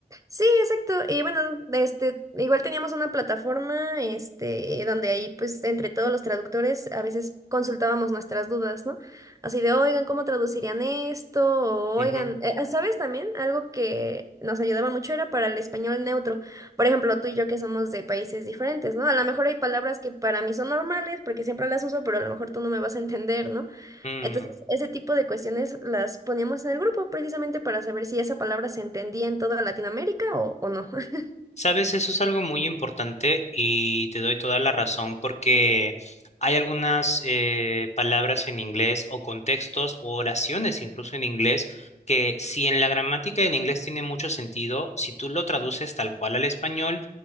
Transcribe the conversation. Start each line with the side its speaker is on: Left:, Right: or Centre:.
Right: Sí, exacto. Y bueno, este, igual teníamos una plataforma, este, donde ahí, pues, entre todos los traductores, a veces consultábamos nuestras dudas, ¿no? Así de, oigan, ¿cómo traducirían esto? O,
Left: Ujú.
Right: oigan, eh, ah, ¿sabes también? Algo que nos ayudaba mucho era para el español neutro. Por ejemplo, tú y yo que somos de países diferentes, ¿no? A lo mejor hay palabras que para mí son normales, porque siempre las uso, pero a lo mejor tú no me vas a entender, ¿no?
Left: Mm.
Right: Entonces, ese tipo de cuestiones las poníamos en el grupo precisamente para saber si esa palabra se entendía en toda Latinoamérica o, o no. <laughs>
Left: Sabes, eso es algo muy importante y te doy toda la razón porque hay algunas eh, palabras en inglés o contextos o oraciones incluso en inglés que si en la gramática del inglés tiene mucho sentido, si tú lo traduces tal cual al español,